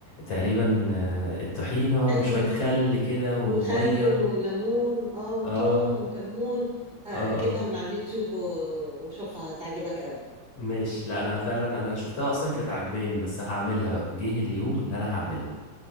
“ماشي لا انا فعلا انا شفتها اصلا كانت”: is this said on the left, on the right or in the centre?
Left